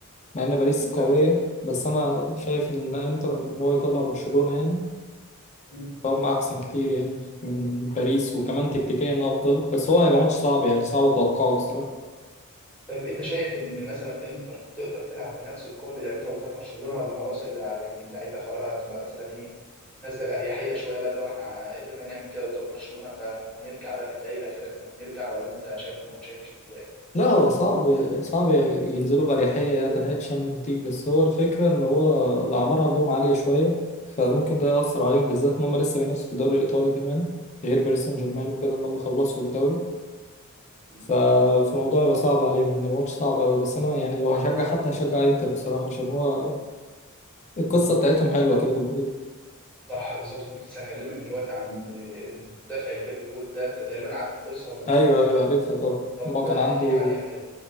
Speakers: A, on the left; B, in the centre.
A: مع إن باريس
B: انت
A: قوية بس أنا شايف إن إنتر إن هو يطلع برشلونة يعني
B: مم.
A: فهم أحسن كتير يعني من باريس وكمان تكتيكيا أفضل بس هو هيبقى ماتش صعب يعني صعب أتوقعه بصراحة
B: طيب انت شايف ان مثلا انتر هتقدر تلعب بنفس القوه اللي لعبتها قدام برشلونه ولا خلاص اللع- يعني اللعيبه خلاص هتبقى مثلا ايه نازله باريحيه شويه بقى اللي هو احنا قدرنا نعمل كده قدام برشلونه فهنرجع بقى في الدقائق الاخيره زي ما بنرجع ولا انت شايف الماتش هيمشي ازاي؟
A: لا هو صعب صعب ينزلوا بأريحية يعني نهائي الشامبيونز ليج بس هو الفكرة إن هو الأعمار عندهم عالية شوية فممكن ده يأثر
B: <laughs>
A: عليهم بالذات إن هم لسه بينافسوا في الدوري الإيطالي كمان غير باريس سان
B: مم.
A: جيرمان وكده إن هم خلصوا الدوري
B: مم.
A: ف- فالموضوع هيبقى صعب عليهم هيبقى ماتش صعب أوي بس أنا يعني لو هشجع حد هشجع إنتر بصراحة عشان هو القصة
B: مم.
A: بتاعتهم حلوة كده في البطولة
B: صح بالظبط كنت لسه هكلمك دلوقتي عن المدافع اللي جاب الجول ده انت تقريبا عارف القصه ولا مش
A: أيوه
B: عارفها؟
A: أيوه عارفها طبعا
B: طب
A: إن هو كان
B: احكي
A: عنده
B: لي عليها كده